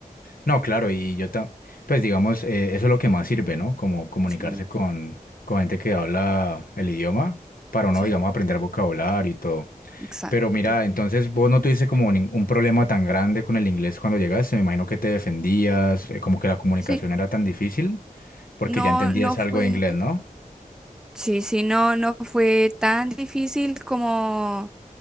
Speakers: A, on the left (about 75°); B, in the centre.
A: No, claro, y yo tam pues digamos, eh, eso es lo que más sirve, ¿no? Como comunicarse
B: Sí.
A: con, con gente que habla el idioma para uno,
B: Sí,
A: digamos, aprender vocabulario y todo.
B: exacto.
A: Pero mira, entonces vos no tuviste como nin- un problema tan grande con el inglés cuando llegaste, me imagino que te defendías, eh, como que la comunicación
B: Sí,
A: era tan difícil, porque
B: no,
A: ya entendías
B: no fue,
A: algo de inglés, ¿no?
B: sí, sí, no, no fue tan difícil como,